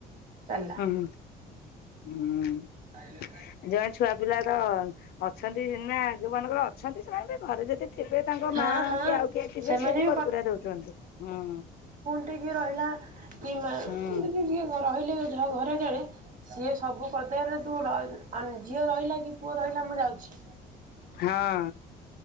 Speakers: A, on the right; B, on the left.
A: ଚାଲିଲା।
B: ହୁଁ ହୁଁ।
A: ଖାଇଲେ ନାଇଁ।
B: ଜହାର ଛୁଆ ପିଲା ତ ଅଛନ୍ତି ନା ଯୋଉ ମାନଙ୍କର ଅଛନ୍ତି ସେମାନେ ବି ଘରେ ଯେତେ ଥିବେ ତାଙ୍କ
A: ହଁ
B: ମା
A: ହଁ
B: କି ଆଉ କିଏ ଥିବେ
A: ସେମାନେ
B: ସିଏବି
A: ବି
B: କରିକୁରା ଦଉଛନ୍ତିଁ ହୁଁ।
A: ଗୋଟେ କିଏ ରହିଲା କି ମା
B: ହୁଁ।
A: ଯଦି କିଏ ରହିଲେ ଘରେ ଜଣେ ସିଏ ସବୁ କରିଦେବେ ତୁ ଝିଅ ରହିଲା କି ପୁଅ ରହିଲା ମୁଁ ଯାଉଚି।
B: ହଁ